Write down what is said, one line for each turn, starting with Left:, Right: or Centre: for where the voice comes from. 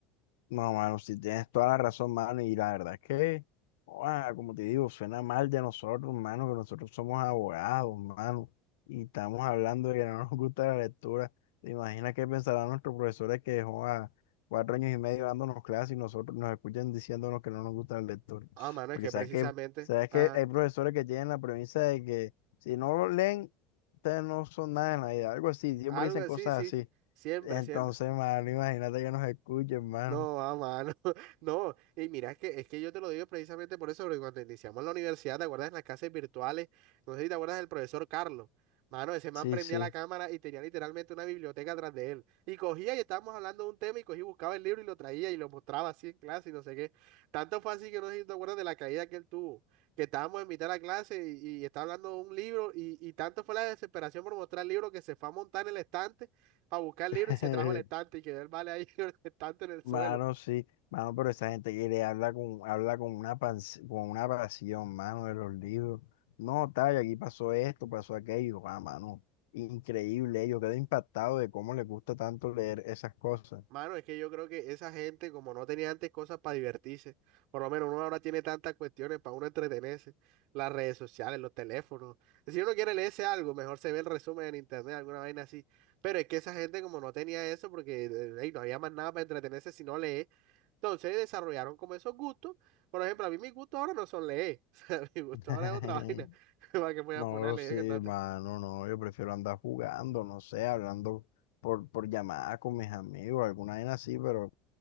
Left: No, mano, si tienes toda la razón, mano, y la verdad es que, ua, como te digo, suena mal de nosotros, mano, que nosotros somos abogados, mano, y estamos hablando de que no nos gusta la lectura. ¿Te imaginas qué pensarán nuestros profesores que dejó a cuatro años y medio dándonos clases y nosotros nos escuchan diciéndonos que no nos gusta la lectura?
Right: Ah, mano,
Left: Porque
Right: es que
Left: sabes
Right: precisamente,
Left: que, sabes
Right: ajá,
Left: que hay profesores que tienen la premisa de que si no lo leen, ustedes no son nada en la vida, algo así, siempre
Right: algo
Left: dicen
Right: así,
Left: cosas
Right: sí,
Left: así.
Right: siempre,
Left: Entonces,
Right: siempre.
Left: mano, imagínate que nos escuchen, mano.
Right: No, a mano. <laughs> No, y mira, es que, es que yo te lo digo precisamente por eso, porque cuando iniciamos la universidad, ¿te acuerdas en las clases virtuales? No sé si te acuerdas del profesor Carlos. Mano, ese man
Left: Sí,
Right: prendía
Left: sí.
Right: la cámara y tenía literalmente una biblioteca atrás de él. Y cogía y estábamos hablando de un tema y cogía y buscaba el libro y lo traía y lo mostraba así en clase y no sé qué. Tanto fue así que no sé si te acuerdas de la caída que él tuvo, que estábamos en mitad de la clase y, y estaba hablando de un libro y, y tanto fue la desesperación por mostrar el libro que se fue a montar en el estante para buscar el
Left: <laughs>
Right: libro y se trajo el estante y quedó el vale ahí <laughs> con el estante en el suelo.
Left: Mano, sí. Mano, pero esa gente quiere habla con, habla con una pans- con una pasión, mano, de los libros. No, tal, aquí pasó esto, pasó aquello. Ah, mano. Increíble. Yo quedo impactado de cómo les gusta tanto leer esas cosas.
Right: Mano, es que yo creo que esa gente, como no tenía antes cosas para divertirse, por lo menos uno ahora tiene tantas cuestiones para uno entretenerse, las redes sociales, los teléfonos. Si uno quiere leerse algo, mejor se ve el resumen en internet, alguna vaina así. Pero es que esa gente, como no tenía eso, porque eh, ey, no había más nada para entretenerse si no lee, entonces desarrollaron como esos gustos. Por ejemplo, a mí mis gustos ahora no son leer, <laughs> o sea, mi gusto
Left: <laughs>
Right: ahora es otra vaina. <laughs> ¿Para qué me voy a
Left: No,
Right: poner a leer
Left: sí,
Right: con tantas-
Left: mano, no. Yo prefiero andar jugando, no sé, hablando por, por llamada con mis amigos, alguna vez así, pero